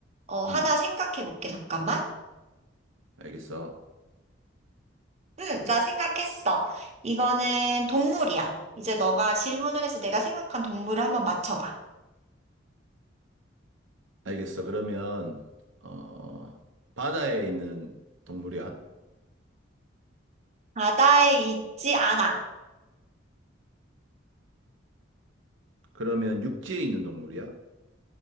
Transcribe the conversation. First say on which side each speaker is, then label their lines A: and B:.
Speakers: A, on the right (about 35°); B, on the right (about 85°).
A: 어, 하나
B: 음,
A: 생각해 볼게, 잠깐만.
B: 알겠어.
A: 응, 나 생각했어. 이거는 동물이야. 이제 너가 질문을 해서 내가 생각한 동물을 한번 맞춰봐.
B: 알겠어. 그러면, 어, 바다에 있는 동물이야?
A: 바다에 있지 않아.
B: 그러면 육지에 있는 동물이야?